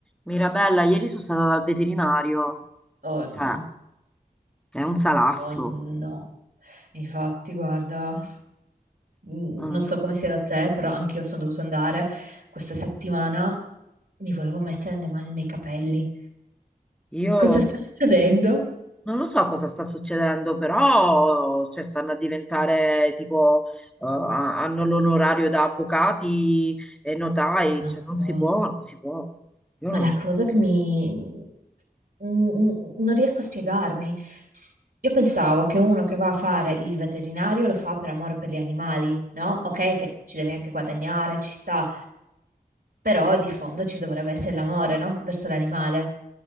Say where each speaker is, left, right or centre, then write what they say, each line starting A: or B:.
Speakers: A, in the centre; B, on the right (about 70°).
A: Mirabella, ieri sono stata dal veterinario,
B: Oh no,
A: cioè è un salasso.
B: oh no. Infatti, guarda, mh,
A: Non-
B: non so come sia da te, però anch'io sono dovuta andare questa settimana. Mi volevo mettere le mani nei capelli.
A: io
B: Cosa sta succedendo?
A: non lo so cosa sta succedendo, però cioè, stanno a diventare tipo, eh, a- hanno l'onorario da avvocati e notai,
B: Madò.
A: cioè non si può, non si può. Io
B: Ma
A: non-
B: la cosa che mi... mh, mh, non riesco a spiegarmi. Io pensavo che uno che va a fare il veterinario lo fa per amore per gli animali, no? Ok, che ci devi anche guadagnare, ci sta, Però di fondo ci dovrebbe essere l'amore, no? Verso l'animale.